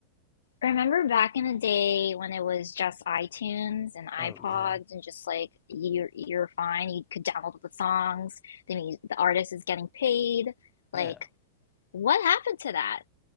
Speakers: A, on the left; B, on the left.
A: remember back in the day when it was just itunes and ipods
B: Oh yeah.
A: and just like you're you're fine you could download the songs the, mu- the artist is getting paid
B: Yeah.
A: like What happened to that?